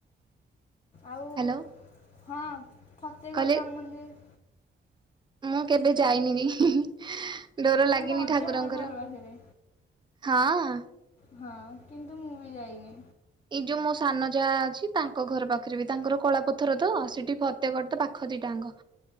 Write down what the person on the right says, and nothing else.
ହ୍ୟାଲୋ
କହିଲେ
ମୁଁ କେବେ ଯାଇନି ବି ଡୋର
ଲାଗିନି
ଠାକୁରଙ୍କର।
ହଁ।
ଏଇ ଯୋଉ ମୋ ସାନ ଯାଆ ଅଛି ତାଙ୍କ ଘର ପାଖରେ ବି ତାଙ୍କର କଳାପଥର ତ ସେଠି ଫତେକଡତେ ପାଖ ଦିଟା ଯାଙ୍କ।